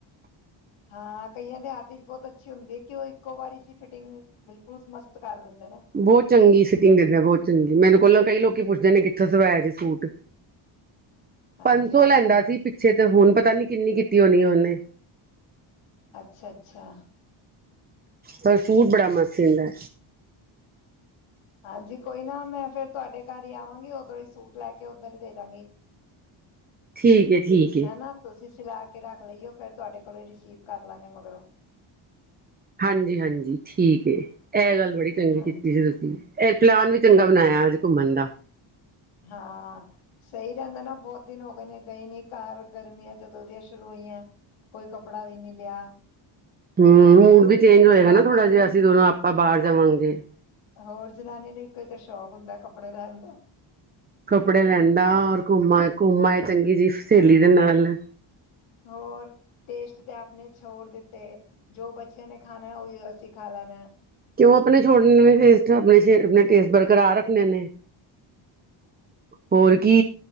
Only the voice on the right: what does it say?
ਬਹੁਤ ਚੰਗੀ ਫਿਟਿੰਗ ਦਿੰਦੇ ਬਹੁਤ ਚੰਗੀ ਮੈਨੂੰ ਕੋਲੋਂ ਕਈ ਲੋਕੀ ਪੁੱਛਦੇ ਨੇ ਕਿੱਥੋਂ ਸਵਾਇਆ ਜੇ ਸੂਟ
ਪੰਜ ਸੌ
ਲੈਂਦਾ ਸੀ ਪਿੱਛੇ ਤੇ ਹੁਣ ਪਤਾ ਨੀ ਕਿੰਨੀ ਕੀਤੀ ਹੋਣੀ ਆ ਉਹਨੇ
ਪਰ ਸੂਟ ਬੜਾ ਮਸਤ ਸੀਦਾਂ
ਠੀਕ ਏ ਠੀਕ ਏ
ਹਾਂਜੀ ਹਾਂਜੀ ਠੀਕ ਏ ਜੀ ਇਹ ਗੱਲ ਬੜੀ ਚੰਗੀ
ਕੀਤੀ ਹੈ ਤੁਸੀਂ ਇਹ ਪਲਾਨ ਵੀ ਚੰਗਾ ਬਣਾਇਆ ਅੱਜ ਘੁੰਮਣ ਦਾ
ਹਮ ਮੂਡ ਵੀ ਚੇਂਜ ਹੋਏਗਾ
ਨਾ ਥੋੜਾ ਜਿਹਾ
ਅਸੀਂ ਦੋਨੋਂ ਆਪਾਂ ਬਾਹਰ ਜਾਵਾਂਗੇ
ਕੱਪੜੇ ਲੈਂਣ ਦਾ ਔਰ ਘੁੰਮਾ ਘੁੰਮ ਆਏ ਚੰਗੀ ਜਿਹੀ ਸਹੇਲੀ ਦੇ ਨਾਲ
ਕਿਉਂ ਆਪਣੇ ਛੋੜਨੇ ਨੇ ਟੇਸਟ ਆਪਣੇ ਆਪਣੇ ਟੇਸਟ ਬਰਕਰਾਰ ਰੱਖਣੇ ਨੇ ਹੋਰ ਕੀ